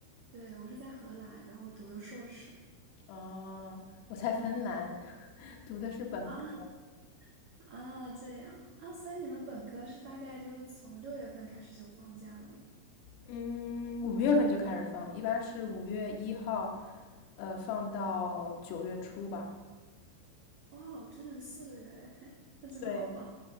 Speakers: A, on the right; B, on the left.
A: 对，我是在荷兰，然后读的硕士。
B: 啊，我在芬兰，<laughs> 读的是本科。
A: 啊 <laughs> 啊，这样啊，所以你们本科是大概就是从六月份开始就放假了吗？
B: 嗯，五月份就开始放，一般是五月一号，呃，放到九月初吧。
A: 哇哦，整整四个月，<laughs> 那真的好棒。
B: 对